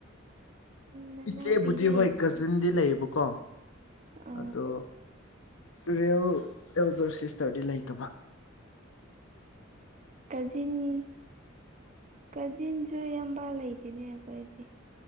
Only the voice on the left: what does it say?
ꯏꯆꯦꯕꯨꯗꯤ
ꯍꯣꯏ ꯀꯖꯤꯟꯗꯤ ꯂꯩꯌꯦꯕꯀꯣ
ꯑꯗꯣ ꯔꯤꯌꯦꯜ ꯑꯦꯜꯗꯔ ꯁꯤꯁꯇꯔꯗꯤ ꯂꯩꯇꯕ